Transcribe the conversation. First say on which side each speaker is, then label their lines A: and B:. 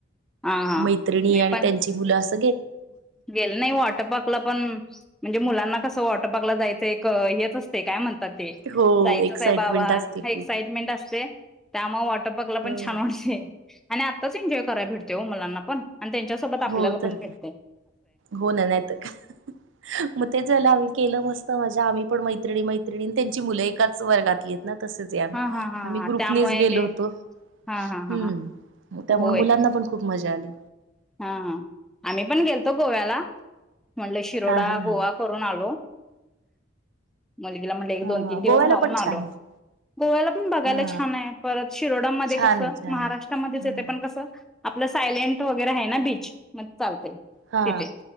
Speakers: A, in the centre; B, on the right.
A: हा हा
B: मैत्रिणी
A: मी
B: आणि
A: पण
B: त्यांची मुलं अस
A: गेलं नाही वॉटरपार्क ला पण म्हणजे मुलांना कसं वॉटरपार्क ला जायचं एक हेच असतय काय म्हण ते
B: हो
A: जायचंच
B: एक्साइटमेंट
A: आहे बाबा
B: असते
A: हा एक्साइटमेंट
B: खूप
A: असते. त्यामुळे वॉटरपार्कला पण
B: हो
A: छान वाटतय आणि आत्ताच एन्जॉय करायला भेटतय हो मुलांना पण आणि त्यांच्यासोबत आपल्याला
B: हो तर
A: पण भेट
B: हो ना नाहीत काय मग ते झालं आम्ही केलं म स्त मजा आम्ही पण मैत्रणी मैत्रिणी त्यांची मुलं एकाच वर्गातलीयेत. तसेचे आम्ही
A: हा हा हा
B: आम्ही
A: हा
B: ग्रुपनेच
A: त्यामुळे
B: गेलो
A: ते
B: होतो.
A: हा हा
B: हम्म
A: हा
B: त्यामुळे
A: होय
B: मुलांना पण खूप मजा आली.
A: हा हा आम्ही पण गेलतो गोव्याला. म्हणलं शिरोडा,
B: हा हा
A: गोवा
B: हा
A: करून आलो. मुलगीला म्हटलं एक
B: हा
A: दोन तीन दिवस
B: गोव्याला
A: राहून
B: पण
A: आलो.
B: छान आहे
A: गोव्याला पण बघायला
B: हा
A: छान आहे परत शिरोडामध्ये
B: छान
A: कसं
B: आहे छान
A: महाराष्ट्रामध्येच
B: आहे हा
A: येतय पण कसं आपलं सायलेंट वगैरे आहे ना बीच मग चालतय
B: हा
A: तिथे